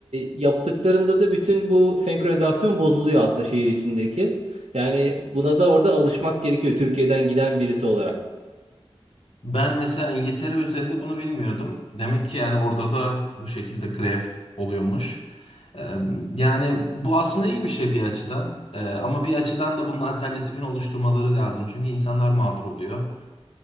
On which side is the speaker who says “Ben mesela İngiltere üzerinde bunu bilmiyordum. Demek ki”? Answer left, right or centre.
Left